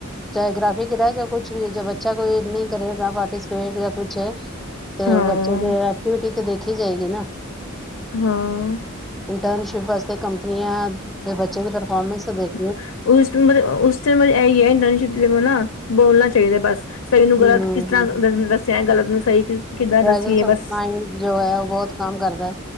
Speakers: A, in the centre; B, on the left (about 75°).
A: ਚਾਹੇ ਗ੍ਰਾਫੀ ਰੇਹ ਜਾਏ ਚਾਹੇ ਕੁਛ ਵੀ ਜੇ ਬੱਚਾ ਕੋਈ ਨਹੀਂ ਕਰੇਗਾ ਪਾਰਟੀਸਪੇਟ ਯਾ ਕੁਛ ਤੇ
B: ਹਾਂ
A: ਬੱਚੇ ਦੇ ਐਕਟੀਵਿਟੀ ਤੇ ਦੇਖੀ ਜਾਏਗੀ ਨਾ।
B: ਹਾਂ।
A: ਇੰਟਰਨਸ਼ਿਪ ਵਾਸਤੇ ਕੰਪਨੀਆਂ ਦੇ ਬੱ ਚੇ ਦੀ ਪਰਫੋਰਮੈਂਸ ਤੇ ਦੇਖ
B: <unintelligible> ਬੋਲਣਾ ਚਾਹੀਦਾ ਬਸ। ਸਹੀ ਨੂੰ
A: ਹੂੰ
B: ਗ਼ਲਤ ਕਿਸ ਤਰ੍ਹਾਂ
A: ਹੂੰ
B: ਦੱਸਿਆ ਗਲਤ ਨੂੰ ਸਹੀ ਕਿਸ ਕਿੱਦਾਂ ਦੱਸੀਏ
A: ਹੈ
B: ਬਸ
A: ਬਹੁਤ ਕੰਮ ਕਰਦਾ